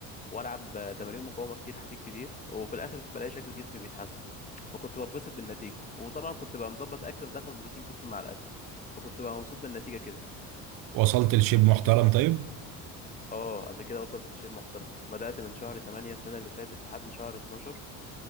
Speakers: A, on the left (about 20°); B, on the right (about 65°).
A: والعب تمارين مقاومه كتير حديد كتير وفي الاخر بلاقي شكل جسمي بيتحسن فكنت بتبسط بالنتيجه وطبعا كنت بقى مظبط اكل بدخل بروتين كتير مع الاكل فكنت بقى مبسوط بالنتيجه كده
B: وصلت لشيب محترم طيب
A: اه قبل كده وصلت لشيء محترم بدأت من شهر 8 السنة اللي فاتت لحد شهر 12